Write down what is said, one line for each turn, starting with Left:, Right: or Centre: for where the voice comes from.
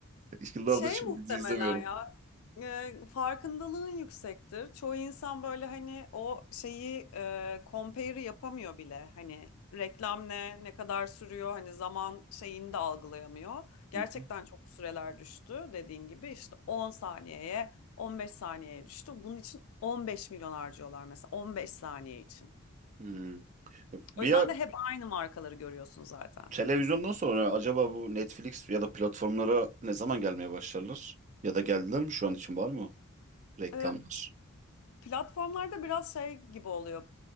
Right: <laughs> Yıllardır
Left: Şey
Right: hiçbir
Left: muhtemelen
Right: dizi izlemiyorum.
Left: ya e, farkındalığın yüksektir. Çoğu insan böyle hani o şeyi e, compare'ı yapamıyor bile. Hani reklam ne, ne kadar sürüyor, hani zaman şeyini de algılayamıyor. Gerçekten
Right: Hı hı.
Left: çok süreler düştü dediğin gibi işte 10 saniyeye 15 saniyeye düştü. Bunun için 15 milyon harcıyorlar mesela 15 saniye için.
Right: Hmm. Bir
Left: O yüzden
Right: ya
Left: de hep aynı markaları görüyorsun zaten.
Right: televizyondan sonra acaba bu Netflix ya da platformlara ne zaman gelmeye başlarlar? Ya da geldiler mi şu an için var mı reklamlar?
Left: Ee, Platformlarda biraz şey gibi oluyor.